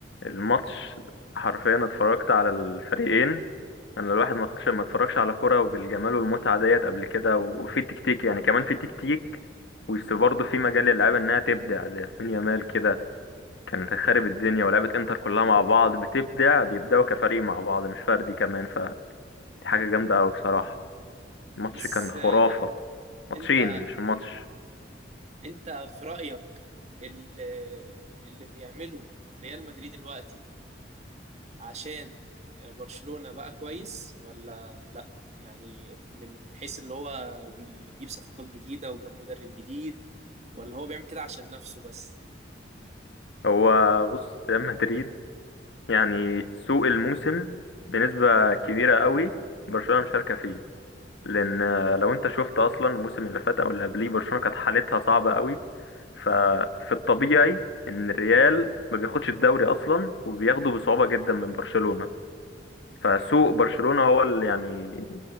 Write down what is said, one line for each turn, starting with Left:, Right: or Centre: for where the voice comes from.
Left: الماتش حرفيا اتفرجت على الفريقين انا الواحد ما فكش ما اتفرجش على كرة وبالجمال والمتعة ديت قبل كده وفي تكتيك يعني كمان في تكتيك وبرضه في مجال للعيبة انها تبدع زي لامين يامال كده كان خارب الدنيا ولعبة انتر كلها مع بعض بتبدع بيبدعوا كفريق مع بعض مش فردي كمان فدي حاجة جامدة قوي بصراحة الماتش
Right: بس
Left: كان خرافة
Right: آه،
Left: ماتشين
Right: انت
Left: مش الماتش
Right: انت في رأيك اللي, اللي بيعمله ريال مدريد دلوقتي عشان برشلونة بقى كويس ولا لا يعني من حيث اللي هو بيجيب صفقات جديدة وجاب مدرب جديد ولا هو بيعمل كده عشان نفسه بس
Left: هو بص ريال مدريد يعني سوق الموسم بنسبة كبيرة قوي برشلونة مشاركة فيه لان لو انت شفت اصلا الموسم اللي فات او اللي قبليه برشلونه كانت حالتها صعبه قوي ففي الطبيعي ان الريال ما بياخدش الدوري اصلا وبياخده بصعوبه جدا من برشلونه فسوء برشلونه هو اللي يعني